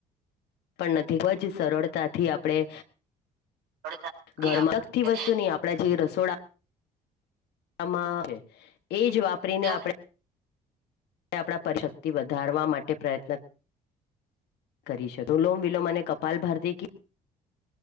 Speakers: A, on the left; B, on the right.
A: પણ નથી ખબ જ સરળતાથી આપણેે
B: ગણતરી
A: ઘરમાં
B: આપે
A: અલગતી વસ્તુની આપ આપણા જે રસોડા માં એ જ વાપરીને
B: મતલબ
A: આપણે આપણા પરશક્તિ વધારવા માટે પ્રયત્ન કરી શકો અલોમ વિલોમ અને કપાલ ભારતી કે